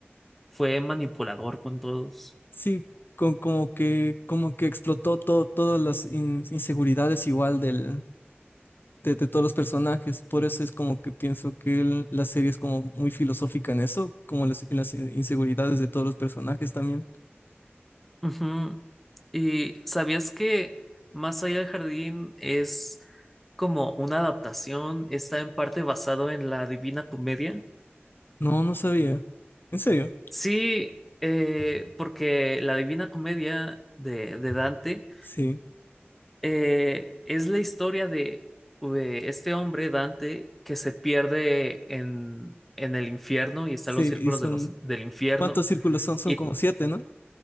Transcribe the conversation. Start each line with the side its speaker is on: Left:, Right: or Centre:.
Centre: fue manipulador con todos.
Left: Sí, con, como que, como que explotó todo, todas las in- inseguridades igual del, de, de todos los personajes. Por eso es como que pienso que el- la serie es como muy filosófica en eso, como las, en las inseguridades de todos los personajes también.
Centre: Ujú. ¿Y sabías que Más allá del jardín es como una adaptación, está en parte basado en la Divina Comedia?
Left: No, no sabía. ¿En serio?
Centre: Sí, eh, porque la Divina Comedia de, de Dante
Left: Sí,
Centre: Eh, es la historia de, de este hombre, Dante, que se pierde en, en el infierno y está
Left: sí,
Centre: en los círculos
Left: y son,
Centre: de los, del infierno.
Left: ¿cuántos círculos son? Son
Centre: Y
Left: como siete, ¿no?